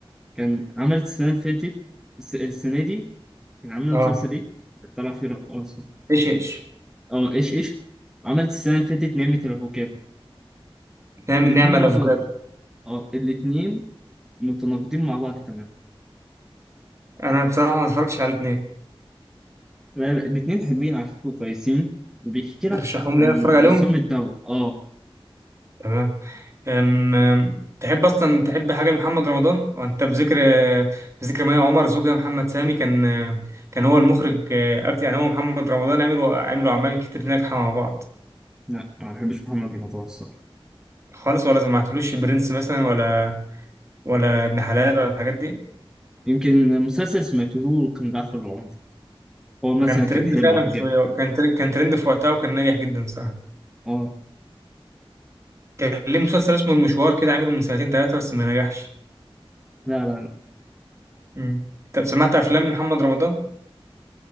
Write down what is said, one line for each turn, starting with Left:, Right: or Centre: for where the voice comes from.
Centre: كان عملت السنة اللي فاتت الس- السنة دي كان عاملة
Right: اه
Centre: مسلسل ايه؟ طلع فيه رقاصة
Right: ايش ايش
Centre: اه ايش ايش عملت السنة اللي فاتت نعمة الافوكاتو
Right: نعم
Centre: الاتنين
Right: نعمل
Centre: متن...
Right: افوكادو
Centre: اه الاتنين متناقضين مع بعض تماما
Right: انا بصراحه ما اتفرجتش على الاثنين
Centre: لا لا الاتنين حلوين على فكرة كويسين وبيحكي لك
Right: ترشحهم
Centre: عن
Right: لي اتفرج عليهم
Centre: نظام الدولة اه
Right: تمام أم أم، تحب اصلا تحب حاجه لمحمد رمضان وانت بذكر بذكر مي عمر زوجها محمد سامي كان كان هو المخرج اكتر يعني هو محمد رمضان عملوا عملوا اعمال كتير ناجحه مع بعض
Centre: لا ما بحبش محمد رمضان الصراحة
Right: خالص ولا سمعتلوش البرنس مثلا ولا ولا ابن حلال ولا الحاجات دي
Centre: يمكن مسلسل سمعته له كان جعفر العمدة هو مثلا
Right: وكان ترند
Centre: كان حلو
Right: فعلا
Centre: هجيبه
Right: في كان تر- كان ترند في وقتها وكان ناجح جدا صراحه
Centre: اه
Right: كان ليه مسلسل اسمه المشوار كده عامله من سنتين ثلاثه بس ما نجحش
Centre: لا لا لا
Right: مم. طب سمعت افلام محمد رمضان